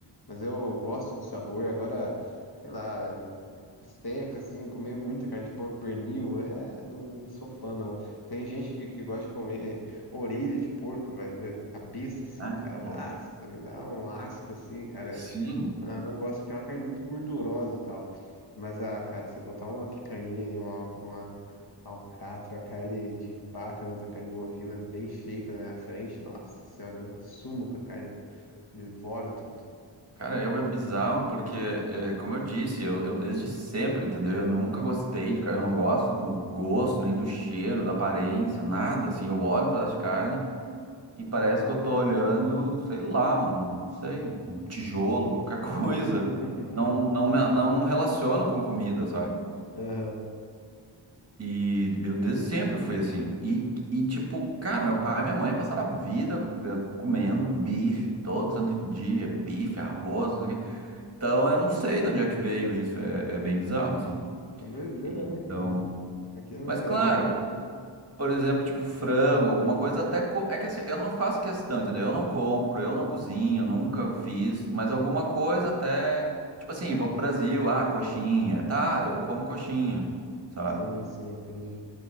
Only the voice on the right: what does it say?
É,
tá louco.
Sim,
Cara, eu é bizarro porque, é, como eu disse, eu, eu desde sempre, entendeu? Eu nunca gostei de carne, eu não gosto do gosto, nem do cheiro, da aparência, nada. Assim, eu olho um pedaço de carne e parece que eu tô olhando, sei lá, um, não sei, um tijolo, qualquer <laughs> coisa.
Não, não, me- não relaciono com comida, sabe?
E eu desde sempre fui assim. E, e tipo, cara, meu pai e minha mãe passaram a vida co- eh, comendo bife todo santo dia, bife, arroz, não sei o quê. Então, eu não sei de onde é que veio isso, é, é bem bizarro, assim.
Então,
mas
claro,
por exemplo, tipo frango, alguma coisa até co- é que assim, eu não faço questão, entendeu? Eu não compro, eu não cozinho, nunca fiz, mas alguma coisa até, tipo assim, vou pro Brasil, ah, coxinha, tá, eu como coxinha, sabe?